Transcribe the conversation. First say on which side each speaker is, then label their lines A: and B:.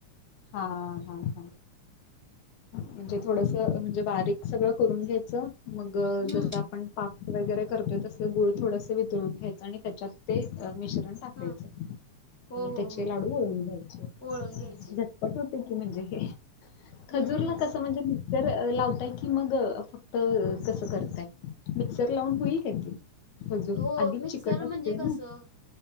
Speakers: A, on the left; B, on the left.
A: हा हा हा. म्हणजे थोडस म्हणजे बारीक सगळं करून घ्यायचं मग
B: हं,
A: जसं आपण पाक. वगैरे करतोय तसं गुळ थोडसं वितळून घ्यायचं आणि त्याच्यात ते मिश्र ण टाकायच
B: हां. हो,
A: आणि
B: हो,
A: त्याचे
B: हो.
A: लाडू वळून घ्यायचे.
B: वळून घ्यायचे.
A: झटपट होते की म्हणजे हे, खजूरला
B: हं,
A: कसं
B: खूप
A: म्हणजे मिक्सर लावताय की मग फ क्त कसं करताय मिक्सर लावून होईल? अजून
B: हो,
A: आधीच
B: मिक्सर
A: चिकट
B: म्हणजे
A: असते ना.
B: कसं